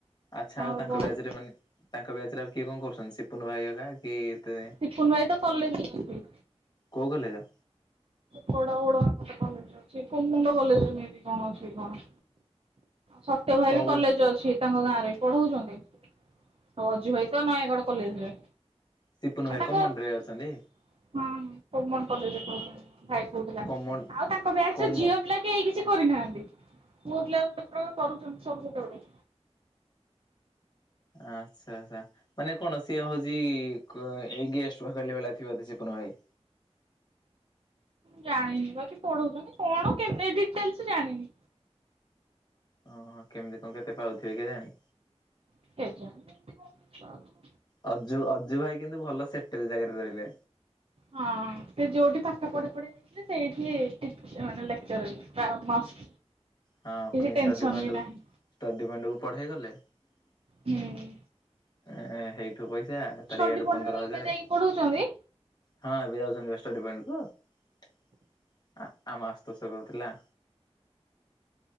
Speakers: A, on the left; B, on the right.
A: ଆଚ୍ଛା
B: ତାଙ୍କର
A: ଆଉ ତାଙ୍କ
B: ବହି
A: ବ୍ୟାଚ ରେ ଏମାନେ ତାଙ୍କ ବ୍ୟାଚରେ ଆଉ କିଏ କଣ କରୁଛନ୍ତି ସିପୁନ ହେଲା କି ତେ
B: ସିପୁନ ଭାଇ ତ କଲେଜ୍‌‌ ରେ ଅଛି।
A: କୋଉ କଲେଜ?
B: ବଡ ବଡ କଲେଜ ଅଛି କୁମୁଣ୍ଡ କଲେଜରେ ମେବି କଣ ଅଛି କି କଣ? ସତ୍ୟ ଭାଇ
A: କଣ
B: ବି
A: କରୁଛି
B: କଲେଜ ଅଛି। ତାଙ୍କ ଗାଁ ରେ ପଢଉଛନ୍ତି, ଆଉ ଅଜୁ ଭାଇ ତ ନୟାଗଡ଼ କଲେଜ୍‌‌ରେ।
A: ସିପୁନୁ ଭାଇ
B: ଆଉ ତାଙ୍କ
A: କମଣ୍ଡ
B: ହଁ
A: ରେ ଅଛନ୍ତି
B: କୋମଣ୍ଡ କଲେଜରେ ପଢଉଛନ୍ତି। ଭାଈ କୋଉଥିଲା ଆଉ
A: କମଣ୍ଡ
B: ତାଙ୍କ ବ୍ୟାଚ
A: କମ
B: ରେ ଝିଅ ପିଲା କେହି କିଛି କରିନାହାନ୍ତି ପୁଅ ପିଲା ଗୋଟେ ଗୋଟେ କରୁଛନ୍ତି। ସବୁ ଗୋଟେ ଗୋଟେ
A: ଆଚ୍ଛା ଆଛା। ମାନେ କଣ ସିଏ ହଉଛି, କ ଏଇ ଗେଷ୍ଟ ପାଖଲି ଥିବ ବୋଧେ ସିପୁନ୍‌ ଭାଇ।
B: ଜାଣିନିପା ସେ ପଢଉଚନ୍ତି କଣ କେମି ଡିଟେଲ୍ସ ଜାଣିନି।
A: ଅଁ ହଁ କେମିତି କଣ କେତେ ପାଉଥିବେ କେ ଜାଣି
B: <unintelligible>
A: ଅଜୁ ଅଜୁ ଭାଇ କିନ୍ତୁ ଭଲ ସେଟେଲ୍‌ ଜାଗାରେ ରହିଲେ।
B: ହଁ ସେ ଯୋଉଠି ପାଠ ପଢି ପଢି। ସେ ସେଇଠି ଟିଚ୍ ମାନେ ଲେକ୍ଚର ଅଛି ତା ମାସ୍‌
A: ହଁ
B: କିଛି
A: ପୁଣି
B: ଟେନସନ୍‌ବି
A: ଷ୍ଟଡି ପଏଣ୍ଟ
B: ନାହିଁ।
A: ଷ୍ଟଡି ପାଏଣ୍ଟ କୁ ପଢେଇ ଗଲେ <inaudible> ଏଁ,
B: ହୁଁ
A: ହେଇଠୁ ପଇସା ତାର
B: ଷ୍ଟଡି
A: ଇଆଡୁ
B: ପଏଣ୍ଟ
A: ପନ୍ଦର
B: ରେ ଏବେ
A: ହଜାରେ
B: ଏବେ ଯାଇଁକି ପଢଉଚନ୍ତି।
A: ହଁ ଏବେ ଯାଉଛନ୍ତି ଷ୍ଟଡିପୋଏଣ୍ଟ କୁ, ଆମ ଆଶୁତୋଷ କଉଥିଲା।